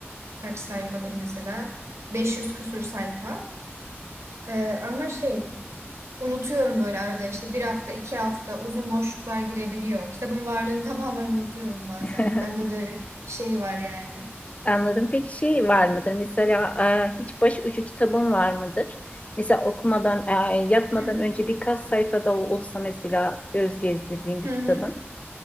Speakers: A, on the right; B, on the left.
A: kaç sayfadır mesela? 500 küsür sayfa. E, ama şey Unutuyorum böyle arada işte bir hafta, iki hafta uzun boşluklar girebiliyor. Kitabın varlığını <laughs> tamamen unutuyorum bazen.
B: <laughs>
A: Bende de öyle bir şey var yani.
B: Anladım. Peki şey var mıdır? Mesela e, hiç başucu kitabın var mıdır? Mesela okumadan, e, yatmadan
A: <clears throat>
B: önce birkaç sayfada olsa mesela göz gezdirdiğin bir
A: Hı
B: kitabın.
A: hı.